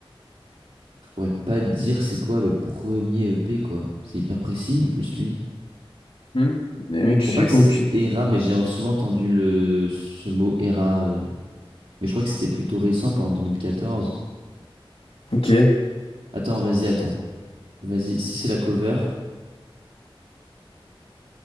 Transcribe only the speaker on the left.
Hmm. Mais mec,
j'ai
aucune.
Ok.